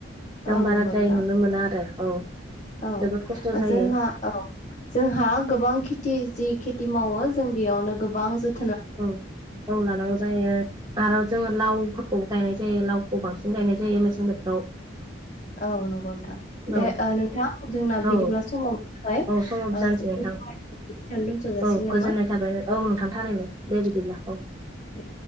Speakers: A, on the right; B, on the left.
A: जों
B: औ
A: बाराद्राय
B: नंगौ नोंथां
A: नुनो मोना आरो औ
B: औ
A: जोबोद खस्थ जायो
B: जोंहा औ जोंहा गोबां खेथि जि खि ति मावो जों बेयावनो गोबां जोथ
A: औ औ लानांगौ जायो आरो जोङो लावफोरखौ गायनाय जायो, लावखौ बांसिन गायनाय जायो मेसें बोथोराव।
B: औ नंगौ। थां दे
A: औ
B: ओ नोंथां जोंना बिदिब्ला
A: औ
B: समाव जाबाय
A: औ समाबो
B: <unintelligible>
A: जानोसै नोंथां
B: दोनथ' जासिगोन
A: औ
B: नामा
A: गोजोननाय थाबाय औ नोंथां थारैनो दे बिदिब्ला औ।
B: दे।